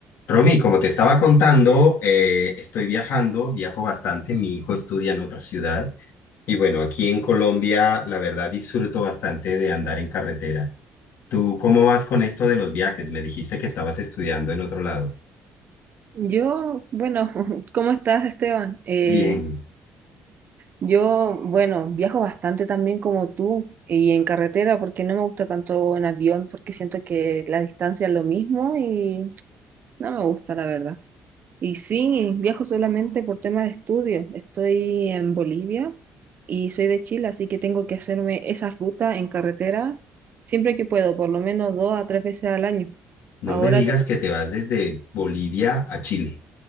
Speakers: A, on the left (about 80°); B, on the right (about 50°).
A: Romy, como te estaba contando, eh, estoy viajando, viajo bastante, mi hijo estudia en otra ciudad y bueno, aquí en Colombia la verdad disfruto bastante de andar en carretera. ¿Tú cómo vas con esto de los viajes? Me dijiste que estabas estudiando en otro lado.
B: Yo, bueno, <laughs> ¿cómo estás, Esteban? Eh,
A: Bien,
B: yo, bueno, viajo bastante también como tú y en carretera porque no me gusta tanto en avión porque siento que la distancia es lo mismo y no me gusta, la verdad. Y sí, viajo solamente por temas de estudio. Estoy en Bolivia y soy de Chile, así que tengo que hacerme esa ruta en carretera siempre que puedo, por lo menos dos a tres veces al año.
A: no
B: Ahora
A: me digas que te vas desde Bolivia a Chile.